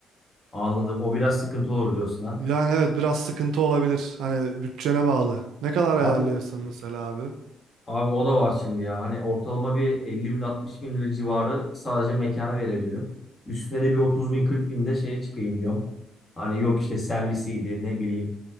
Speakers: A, on the left; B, on the right.
A: Anladım. O biraz sıkıntı olur diyorsun ha.
B: Yani evet biraz sıkıntı olabilir hani bütçene bağlı. Ne kadar
A: Abi
B: ayarlayırsın mesela abi?
A: Abi o da var şimdi ya. Hani ortalama bir 50 bin 60 bin lira civarı sadece mekana verebilirim. Üstüne de bir 30 bin 40 bin de şeye çıkayım diyorum. Hani yok işte servisiydi ne bileyim